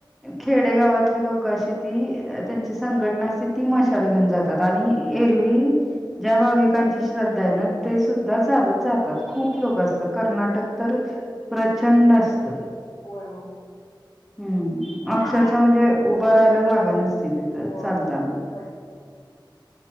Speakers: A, in the centre; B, on the left.
A: खेडेगावातले लोक अशी ती तेचि सांगटना असती ती माश्याला घेऊन जातात आणि एरवी भाविकांची श्रद्धा आहे ना ते सुद्धा चालत जात खूप लोक असत कर्नाटक तर प्रचंड असत
B: होय होय
A: हम्म
B: आणि
A: अक्षरशः
B: आम्हाला
A: म्हणजे उभं राहायला जागा नसत तर
B: हो
A: चालताना
B: हो खूप गर्दी